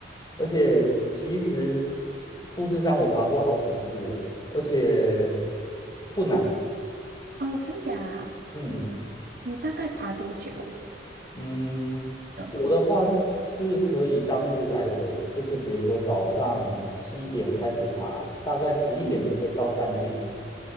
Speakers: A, on the left; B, on the right.
A: 而且其实富士山我爬过好几次了，而且不难。
B: 哦，真假啊
A: 嗯
B: 你大概爬多久啊？
A: 嗯，
B: 的吗？
A: 我的话是可以当日来回，就是比如说早上七点开始爬，大概十一点就可以到山顶。
B: 嗯，